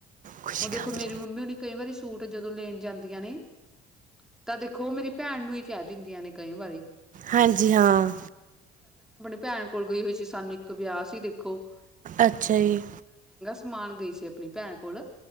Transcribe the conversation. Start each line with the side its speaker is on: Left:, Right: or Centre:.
Right: ਖੁਸ਼ਖਬਰੀ
Centre: ਹੁਨ ਦੇਖੋ ਮੇਰੀ ਮੰਮੀ ਹੋਨੀ ਕਈ ਵਰੀ ਸੂਟ ਜਦੋਂ ਲੇਨ ਜਾਂਦੀਆਂ ਨੇ ਤਾਂ ਦੇਖੋ ਮੇਰੀ ਭੈਣ ਨੂੰ ਹੀ ਕੇਹ ਦਿੰਦੀਆਂ ਨੇ ਕਈ ਵਾਰੀ।
Right: ਹਾਂਜੀ ਹਾਂ।
Centre: ਭੈਨ ਕੋਲ ਗਈ ਹੋਈ ਸੀ ਸਾਨੂੰ ਇੱਕ ਵਿਆਹ ਸੀ ਦੇਖੋ।
Right: ਅੱਛਾ ਜੀ।
Centre: ਤਮਾਨ ਗਈ ਸੀ ਆਪਨੀ ਭੈਨ ਕੋਲ,